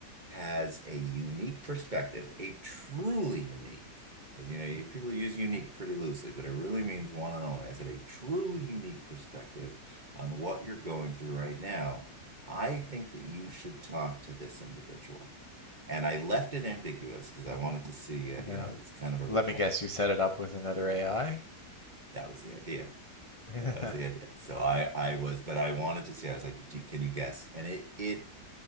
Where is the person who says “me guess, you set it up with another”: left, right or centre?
Left